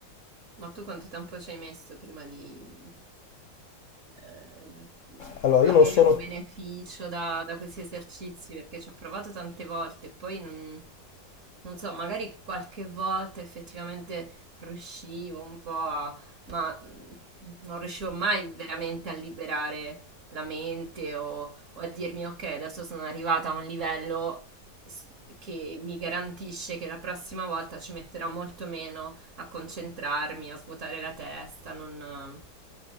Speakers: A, on the right; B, on the left.
A: Ma tu quanto tempo ci hai messo prima di eh,
B: Allora,
A: avere
B: io non sono...
A: un beneficio da, da questi esercizi? Perché ci ho provato tante volte e poi non, non so, magari qualche volta effettivamente riuscivo un po' a, ma mm, non riuscivo mai veramente a liberare la mente o, o a dirmi ok, adesso sono arrivata a un livello s- che mi garantisce che la prossima volta ci metterò molto meno a concentrarmi, a svuotare la testa, non-